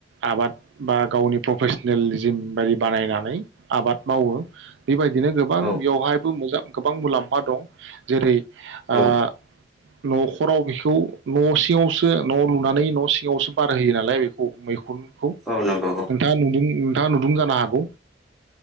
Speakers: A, on the right; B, in the centre.
A: आबाद बा गावनि प्रफेसनेल जिम बायदि बानायनानै आबाद मावो। बेबायदिनो गोबां
B: औ
A: बेवहायबो मोजां गोबां मुलाम्फा दं जेरै ओ
B: औ
A: नखराव बेखौ न' सिङावसो न' लुनानै न' सिङावसो बाराय होयो नालाय बेखौ मैखुन नोंथाङा
B: औ नंगौ
A: नुदों थाङा नुदुं जानो हागौ